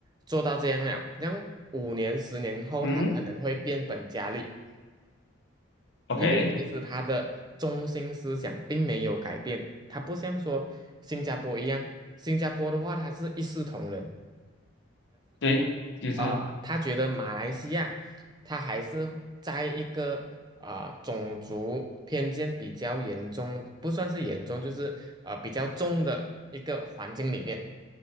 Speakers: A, on the right; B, on the left.
A: 做到这样了，让五年、十年后，
B: 嗯
A: 他可能会变本加厉，
B: ，OK，
A: 因为其实他的中心思想并没有改变，他不像说新加坡一样，新加坡的话，他是一视同仁，
B: 对，就是，
A: 啊，他觉得马来西亚，他还是在一个啊、种族偏见比较严重，不算是严重，就是啊比较重的一个环境里面，